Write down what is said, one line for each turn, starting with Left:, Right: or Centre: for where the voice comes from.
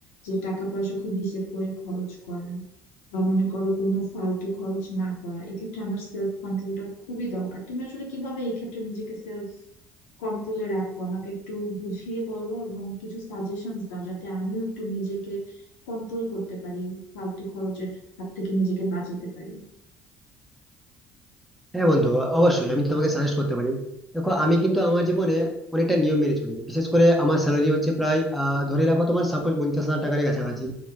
Left: যে টাকা পয়সা খুব হিসেব করে খরচ করা বা মনে করো কোনো ফালতু খরচ না করা এক্ষেত্রে আমার সেলফ কন্ট্রোলটা খুবই দরকার তুমি আসলে কিভাবে এই ক্ষেত্রে নিজেকে সেলফ কন্ট্রোলে রাখো আমাকে একটু বুঝিয়ে বলো এবং কিছু সাজেশনস দাও যাতে আমিও একটু নিজেকে কন্ট্রোল করতে পারি ফালতু খরচের হাত থেকে নিজেকে বাঁচাতে পারি
Centre: হ্যাঁ বন্ধু অবশ্যই আমি তোমাকে সাজেস্ট করতে পারি দেখো আমি কিন্তু আমার জীবনে অনেকটা নিয়ম মেনে চলি বিশেষ করে আমার স্যালারি হচ্ছে প্রায় আহ, ধরে রাখো তোমার সাপোজ পঞ্চাশ হাজার টাকার কাছাকাছি